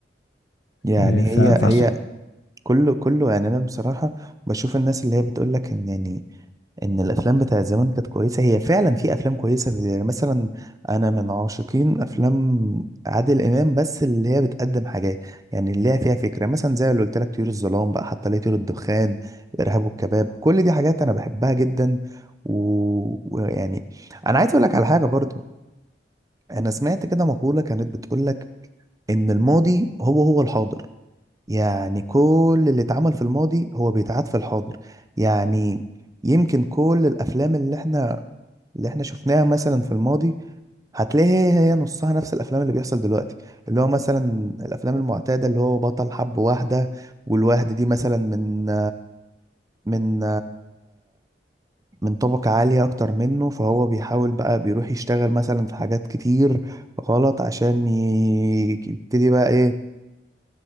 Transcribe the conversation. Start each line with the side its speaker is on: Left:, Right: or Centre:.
Right: يعني
Left: إيه، ف-
Right: هي
Left: فعشان
Right: هي كله كله يعني انا بصراحة بشوف الناس اللي هي بتقول لك ان يعني ان الافلام بتاعت زمان كانت كويسه هي فعلا في افلام كويسه يعني مثلا انا من عاشقين افلام عادل امام بس اللي هي بتقدم حاجات يعني اللي هي فيها فكره مثلا زي اللي قلت لك طيور الظلام بقى حتى ليه طيور الدخان الارهاب والكباب كل دي حاجات انا بحبها جدا و- ويعني انا عايز اقول لك على حاجه برضو انا سمعت كده مقوله كانت بتقول لك ان الماضي هو هو الحاضر يعني كل اللي اتعمل في الماضي هو بيتعاد في الحاضر يعني يمكن كل الافلام اللي احنا اللي احنا شفناها مثلا في الماضي هتلاقي هي هي نصها نفس الافلام اللي بيحصل دلوقتي اللي هو مثلا الافلام المعتاده اللي هو بطل حب واحده والواحده دي مثلا من من من طبقه عاليه اكتر منه فهو بيحاول بقى بيروح يشتغل مثلا في حاجات كتير غلط عشان ي- يبتدي بقى ايه